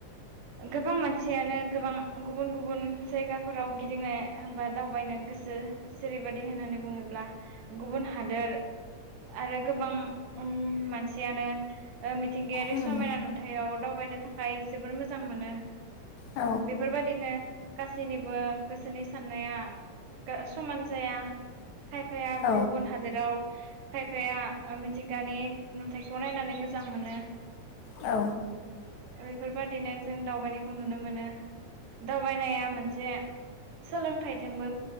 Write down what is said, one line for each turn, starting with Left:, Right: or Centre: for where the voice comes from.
Right: गोबां मानसियानो गोबां गुबुन गुबुन जायगाफोराव गिदिंनो बा दावबायनो गोसो जेरैबायदि होननानै बुङोब्ला गुबुन हादोर आरो गोबां उम मानसियानो ओ मिथिंगायारि
Left: उम
Right: समायना नुथायाव दावबायनो थाखाय जोबोर मोजां मोनो
Left: औ
Right: बेफोरबायदिनो गासैनिबो गोसोनि साननाया समान जाया खायफाया
Left: औ
Right: गुबुन हादोराव खायफाया आ मिथिंगानि नुथाइखौ नायनानै मोजां मोनो
Left: औ
Right: बेफोरबादिनो जों दावबायनायखौ नुनो मोनो दावबायनाया मोनसे सोलोंथाइजोंबो